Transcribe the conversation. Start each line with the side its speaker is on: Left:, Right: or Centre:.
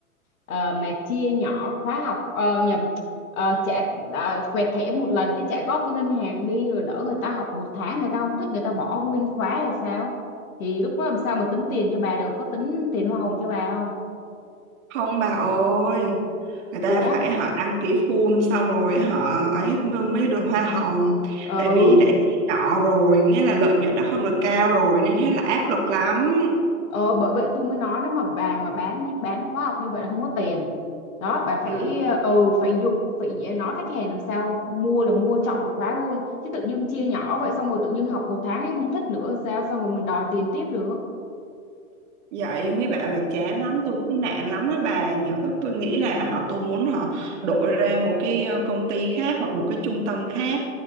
Left: ờ, mà chia nhỏ khóa học ờ, nhầm ờ, trả ờ, quẹt thẻ một lần cái trả góp với ngân hàng đi rồi lỡ người ta học một tháng người ta không thích người ta bỏ nguyên khóa hay sao? Thì lúc đó làm sao mà tính tiền cho bà được? Có tính tiền hoa hồng cho bà không?
Right: không bà ơi người ta
Left: Ủa?
Right: phải họ đăng ký full xong rồi họ ấy mới mới được hoa hồng
Left: Ừ
Right: tại vì đã chia nhỏ rồi nghĩa là lợi nhuận đã không được cao rồi nên thế là áp lực lắm
Left: Ờ, bởi vậy tôi mới nói nếu mà bà mà bán bán khóa học như vậy là không có tiền đó bà phải
Right: ừ.
Left: ờ, ừ phải dụ phải nói khách hàng làm sao mua là mua chọn một khóa luôn chứ tự dưng chia nhỏ vậy xong rồi tự dưng học một tháng ấy không thích nữa sao xong rồi mình đòi tiền tiếp được
Right: Vậy mấy bạn là chán lắm, tôi cũng nản lắm đó bà. Nhiều lúc tôi nghĩ là họ tôi muốn họ đổi ra một cái ờ, công ty khác hoặc một cái trung tâm khác.